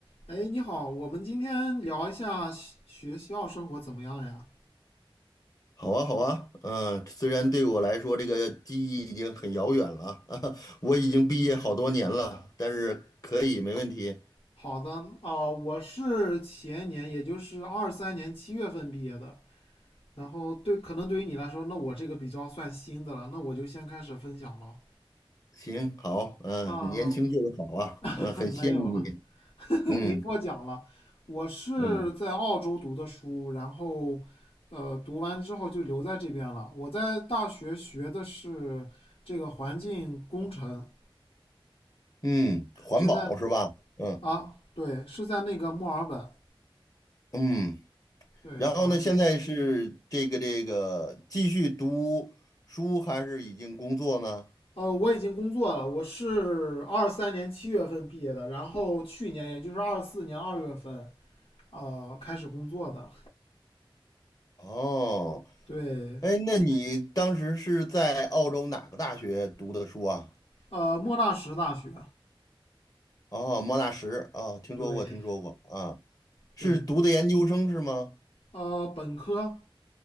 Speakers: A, on the left; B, on the left.
A: 哎，你好，我们今天聊一下学学校生活怎么样呀？
B: 好啊，好啊，嗯，虽然对我来说这个记忆已经很遥远了啊 <laughs> 我已经毕业好多年了，但是可以，没问题。
A: 好的，哦、我是前年，也就是二三年七月份毕业的。然后对，可能对于你来说，那我这个比较算新的了，那我就先开始分享了。
B: 行，好，嗯，
A: 啊、
B: 年轻就是好啊，
A: <laughs>
B: 嗯，很羡慕你，
A: 没有了，<laughs>
B: 嗯
A: 您过奖了。我是在澳洲读的书，
B: 嗯
A: 然后，呃，读完之后就留在这边了。我在大学学的是这个环境工程，
B: 嗯，环保是吧？
A: 是在
B: 嗯
A: 啊，对，是在那个墨尔本。
B: 嗯，
A: 对，
B: 然后呢，
A: 然后
B: 现在是这个这个继续读书还是已经工作呢？
A: 呃，我已经工作了，我是二三年七月份毕业的，然后去年也就是二四年二月份呃开始工作的。
B: 哦，
A: 对，
B: 哎，那你当时是在澳洲哪个大学读的书啊？
A: 呃，莫纳什大学。
B: 哦，莫纳什啊，听说过，
A: 对
B: 听说过啊，是读的研究生是吗？
A: 对，呃，本科。